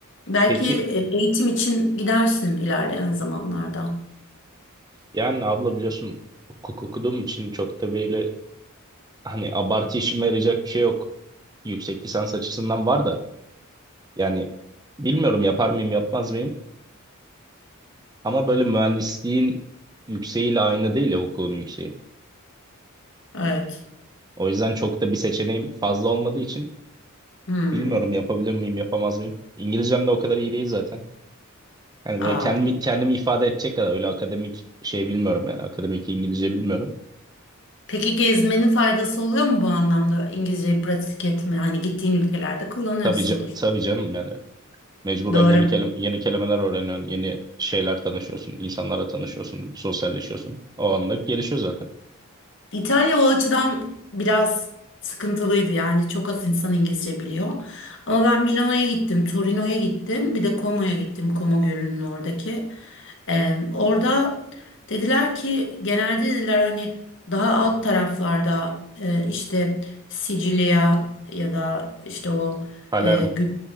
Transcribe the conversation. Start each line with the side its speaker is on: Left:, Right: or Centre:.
Left: Belki
Right: Peki
Left: e, eğitim için gidersin ilerleyen zamanlarda.
Right: yani abla biliyorsun hukuk okuduğum için çok da böyle hani abartı işime yarayacak bir şey yok. yüksek lisans açısından var da yani bilmiyorum yapar mıyım yapmaz mıyım ama böyle mühendisliğin yükseğiyle aynı değil ya hukukun yükseği.
Left: Evet.
Right: O yüzden çok da bir seçeneğim fazla olmadığı için
Left: Hmm.
Right: bilmiyorum yapabilir miyim yapamaz mıyım. İngilizcem de o kadar iyi değil zaten. Yani
Left: Aa.
Right: böyle kendimi, kendimi ifade edecek kadar öyle akademik şey bilmiyorum yani akademik İngilizce bilmiyorum.
Left: Peki gezmenin faydası oluyor mu bu anlamda? İngilizceyi pratik etme, hani gittiğin ülkelerde kullanıyorsundur.
Right: Tabii, ca- tabii canım yani mecburen
Left: Doğru.
Right: yeni, kelim yeni kelimeler öğreniyorsun, yeni şeyler tanışıyorsun, insanlarla tanışıyorsun, sosyalleşiyorsun. O anlık gelişiyor zaten.
Left: İtalya o açıdan biraz sıkıntılıydı yani çok az insan İngilizce biliyor. Ama ben Milano'ya gittim, Torino'ya gittim, bir de Como'ya gittim, Como Gölü'nün oradaki. Ee, orada dediler ki genelde dediler hani daha alt taraflarda e, işte Sicilya ya da işte o
Right: Alarm.
Left: e, Gü-